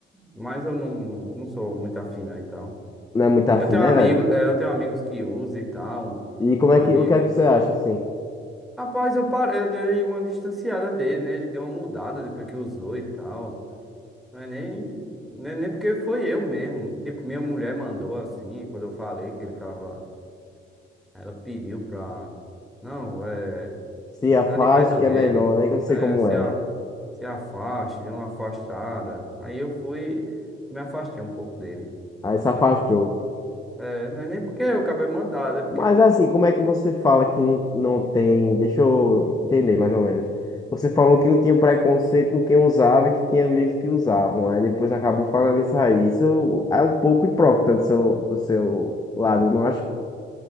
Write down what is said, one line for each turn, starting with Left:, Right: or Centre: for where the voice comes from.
Centre: mas eu não, não, não sou muito afim, não, e tal.
Left: não é muito afim,
Centre: Eu tenho
Left: né,
Centre: amigos,
Left: velho?
Centre: é, eu tenho amigos que usam e tal.
Left: E como
Centre: Tem
Left: é
Centre: um
Left: que,
Centre: amigo,
Left: o que é que você acha, assim?
Centre: Rapaz, eu parei, eu dei uma distanciada dele, né? Ele deu uma mudada depois que usou e tal. Mas nem, nem, nem porque foi eu mesmo. Tipo, minha mulher mandou assim, quando eu falei que ele tava. Ela pediu pra. Não, é,
Left: Se afaste
Centre: tá de perto
Left: que
Centre: dele.
Left: é melhor, né? Que eu sei
Centre: É,
Left: como
Centre: se,
Left: é.
Centre: a, se afaste, dê uma afastada. Aí eu fui, me afastei um pouco dele.
Left: Aí se afastou.
Centre: É, não é nem porque o cabo é mandado, é porque
Left: Mas assim, como é que você fala que não, não tem? Deixa eu entender mais ou menos. Você falou que não tinha preconceito com quem usava e que tinha amigos que usavam. Aí depois acabou falando isso aí. Isso é um pouco hipócrita do seu, do seu lado, não acha?